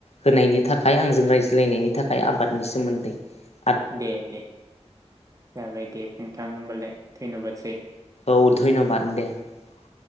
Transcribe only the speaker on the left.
होनायनि थाखाय आंजों रायज्लायनायनि थाखाय आबादनि सोमोन्दै ।
औ धन्यबाद दे ।